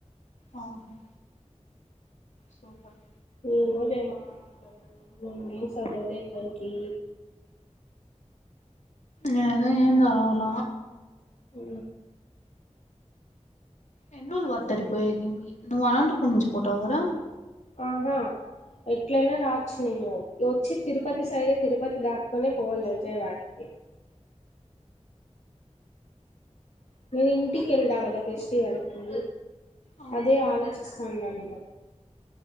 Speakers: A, on the left; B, on the left.
A: ఆహో సూపర్
B: నేమో చేమా అంట నే ఏం చదవలే దానికి
A: నేనే ఏం చదవల
B: అ
A: ఎల్ వతరి పోయి ను అనంటప్పు నుంచి ఫోటో కదా
B: ఆహా ఎట్లైనా రాచ్చు నేను వచ్చి తిరుపతి సైడే తిరుపతి దాటుకునే పోవాలి విజయవాడకి మీ ఇంటికి వెళ్దా ఫెస్ట్ జరైకు
A: అవునవును
B: అదే ఆలోచిస్తాన్నా నేను